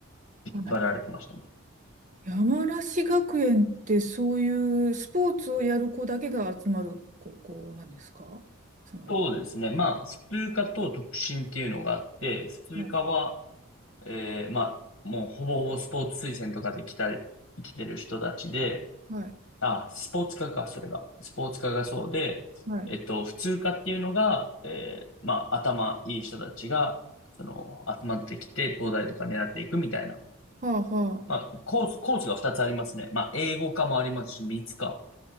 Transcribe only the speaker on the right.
はい
山梨学園ってそういうスポーツをやる子だけが集まる高校なんですかつまり。
はい、
はい、
はい。
はあはあ。